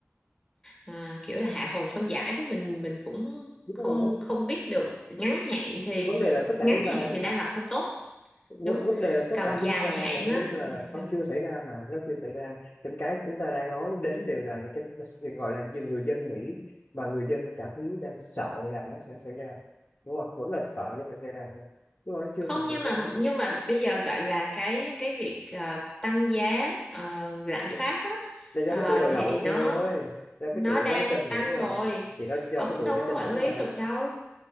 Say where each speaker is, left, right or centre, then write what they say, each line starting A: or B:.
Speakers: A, on the left (about 15°); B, on the left (about 45°).
A: ờ, kiểu là hạ hồi phân giải đó mình mình cũng
B: Đúng
A: không
B: rồi.
A: không biết được ngắn hạn thì
B: Vấn đề là tất cả
A: ngắn
B: chúng ta
A: hạn thì đang là không tốt
B: vấn
A: đúng
B: vấn đề là tất
A: còn
B: cả
A: dài
B: chúng ta
A: hạn
B: đang
A: á
B: biết là
A: thì sao
B: nó chưa xảy ra mà nó chưa xảy ra những cái chúng ta đang nói đến đều là những cái chúng ta được gọi là gì, người dân Mỹ và người dân cả thứ đang sợ là nó sẽ xảy ra đúng không vẫn là sợ nó sẽ xảy ra thôi chứ còn nó chưa
A: không
B: thực sự
A: nhưng
B: sẽ
A: mà nhưng mà bây giờ gọi là cái cái việc ờ, tăng giá ờ, lạm
B: là,
A: phát á
B: là do
A: ờ,
B: cái tụi đầu
A: thì
B: nậu
A: nó
B: thôi do
A: nó
B: cái tụi
A: đang
B: đó nó tranh thủ
A: tăng
B: rồi
A: rồi
B: thì nó do
A: ông
B: cái tụi
A: đâu
B: nó
A: có
B: tranh
A: quản
B: thủ
A: lý
B: mà
A: được đâu